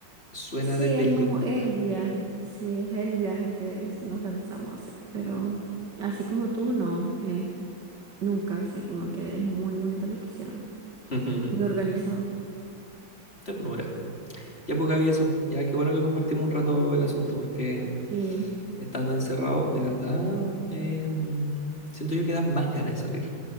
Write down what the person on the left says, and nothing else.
Suena
de película.
<laughs>
Ternura. Ya pues Gaby, eso. Ya qué bueno que compartimos un rato el asunto, porque
estando encerrado, de verdad, em, siento yo que dan más ganas de salir.